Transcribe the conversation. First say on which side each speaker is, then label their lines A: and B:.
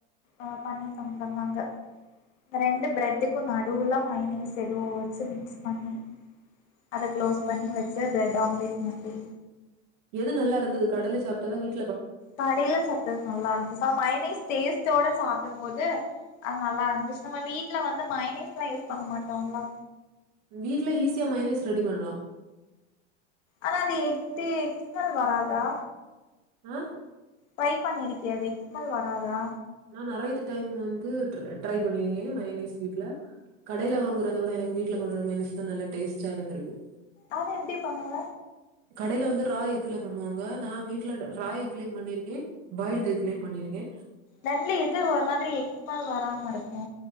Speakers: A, on the left; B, on the right.
A: ஆ பண்ணித்தந்தாங்க ரெண்டு பிரெட்டுக்கும் நடுவுல்லா மைனீஸ் எதோ வச்சு மிக்ஸ் பண்ணி அத க்ளோஸ் பண்ணி வச்சு பிரெட் ஆம்லெட் மாதிரி
B: எது நல்லா இருந்தது கடலலை சாப்பிட்டதா வீட்
A: கடையில சாப்டாது நல்லா இருந்து மையனீஸ் டேஸ்ட் சாப்பிடும் போது அது நல்லா இருந்துச்சு நம்ம வீட்டுல வந்து மைனீஸ் எல்லாம் யூஸ் பண்ண மாட்டோம்லா
B: வீடல ஈஸியா மைனீஸ் ரெடி பண்ணலாம்
A: ஆனா அது எக் ஸ்ம்மல் வராதா
B: அ
A: பை பண்ணிருக்கா எக்ஸ்மல் வராதா
B: நா நிறையத்து டைம் வந்து ட்ரை பண்ணிருக்கேன் மைனீஸ் வீட்ல கடையில வாங்குறத விடா வீட்டுலா பண்ணுறா மைனீஸ் தான் நல்ல டேஸ்ட்டா இருந்துஇருக்கு
A: அத எப்டி பண்ணுவ
B: கடையில வந்து ரா எஃகுலா பண்ணுவாங்க நா வீட்ல டு ரா எஃகுலயும் பண்ணிருக்கே பாயில்டு எஃகுலையு பண்ணிருகே
A: ரண்ட்ல எது ஒ மாதிரி ஸ்மெல் வராம இருக்கூ